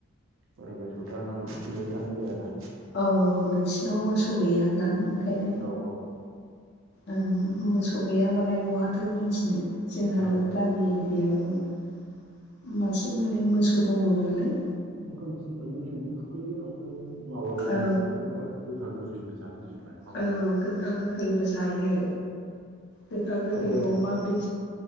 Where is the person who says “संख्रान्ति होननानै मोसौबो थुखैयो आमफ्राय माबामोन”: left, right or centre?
Right